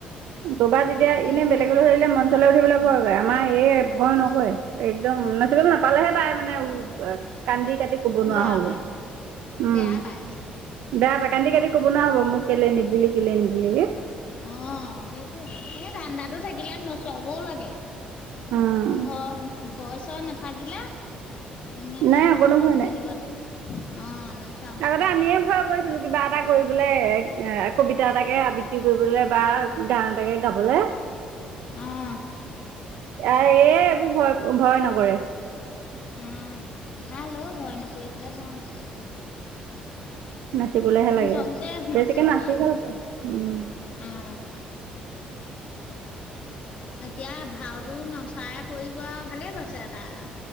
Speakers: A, on the right (about 65°); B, on the left (about 40°).
A: দোবাত যেতিয়া
B: সেইবোৰ
A: এনে বেলেগলৈ
B: ন
A: ধৰিলে মঞ্চলৈ উঠিবলৈ ভয় কৰে। আমাৰ ই ভয়
B: অ
A: নকৰে একদম নাচিবলৈ নাপালেহে তাই মানে উ কান্দি কাটি। ক'ব নোৱাৰা
B: বেয়া
A: হ'ব।
B: পায়
A: উম,
B: বেয়া পায়
A: বেয়া
B: উম
A: পায় কান্দি কাটি। ক'ব না হ'ব মোক কেলে নিদিলি কেলে নিদিলিকে।
B: অ, সেইটোৱে সেই ধাণ্ডাতো থাকিলে নচোৱাবঁও লাগে।
A: উম
B: ভয়, ভয় চই নাথাকিলে। ধুনীয়াকে
A: নাই অকণো
B: নোচোৱাব
A: ভয় নাই
B: মেলিব অ, নচোৱ
A: আগতে আমিয়ে ভয় কৰিছিলো কিবা এটা কৰিবলে এ কবিতা এটা। তাকে আবৃত্তি কৰিবলে বা গান এ তাকে গাব'লে।
B: অ,
A: এ, এ, এইবোৰ ভয় ভয় নকৰে।
B: উম, ভাল অ, ভয় নকৰিলে ভাল।
A: নাচিবলেহে লাগে
B: জাওক দেহ
A: বেছিকে
B: নাচক
A: নাচি
B: আৰু
A: ভাল পায় উম
B: অ, এতিয়া ভাওটো নচাই পৰিব আও ভালে পাইছে তাই আওঁ।